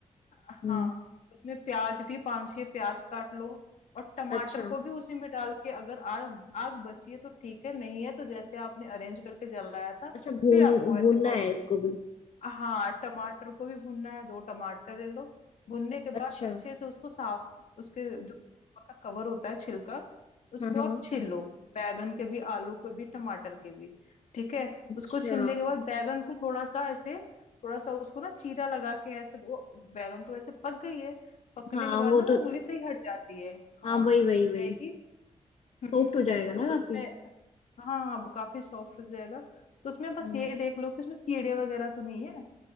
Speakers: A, on the left; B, on the left.
A: हाँ
B: हम्म
A: उसमें प्याज भी पांच छह प्याज काट लो और टमाटर
B: अच्छा
A: को भी उसी में डाल के अगर आग आग बची है तो ठीक है नहीं है तो जैसे आपने अरेंज करके जलाया था
B: अच्छा भून
A: फिर आपको वैसे
B: भूनना
A: प्रोसेस
B: है इसको भी
A: हाँ टमाटर को भी भूनना है दो टमाटर ले लो भुनने के बाद
B: अच्छा
A: अच्छे से उसको साफ उसके जो ऊपर का कवर होता है छिलका उसको
B: हाँ हाँ
A: आप छील लो बैगन के भी आलू के भी टमाटर के भी ठीक है
B: अच्छा
A: उसको छीलने के बाद बैगन को थोड़ा सा ऐसे थोड़ा सा उसको ना चीरा लगा के ऐसे तो वो बैगन तो ऐसे पक गई है पकने
B: हाँ
A: के बाद
B: वो
A: ना वो
B: तो
A: उंगली से ही हट जाती है
B: हाँ
A: हाँ
B: वही वही
A: हो
B: वही
A: जाएगी हम्म
B: सॉफ्ट हो जाएगा ना
A: तो
B: काफी
A: उसमें हाँ हाँ, वो काफी सॉफ्ट हो जाएगा तो उसमें बस
B: हम्म।
A: ये देख लो कि उसमें कीड़े वगैरह तो नहीं है